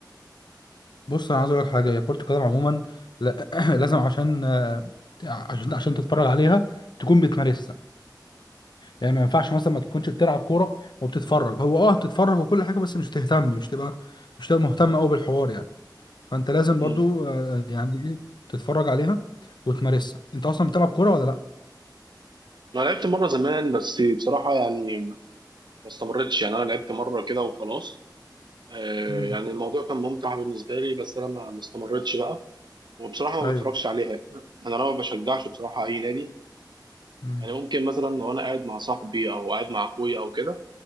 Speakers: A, on the left; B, on the right.
A: بص انا عايز اقول لك حاجه هي كره القدم عموما لا <clears throat> لازم عشان آه، عشان عشان تتفرج عليها تكون بتمارسها يعني ما ينفعش مثلا ما تكونش بتلعب كوره وبتتفرج هو اه بتتفرج وكل حاجه بس مش تهتم مش تبقى مش تبقى مهتم قوي بالحوار يعني فانت لازم
B: مم.
A: برضو آه، يعني ايه تتفرج عليها وتمارسها انت اصلا بتلعب كوره ولا لا
B: انا لعبت مره زمان بس بصراحه يعني ما استمرتش يعني انا لعبت مره كده وخلاص آه
A: مم.
B: يعني الموضوع كان ممتع بالنسبه لي بس انا ما ما استمرتش بقى وبصراحة
A: ايوه
B: ما بتفرجش عليها أنا لو ما بشجعش بصراحة أي نادي
A: مم.
B: يعني ممكن مثلا لو أنا قاعد مع صاحبي أو قاعد مع أخويا أو كده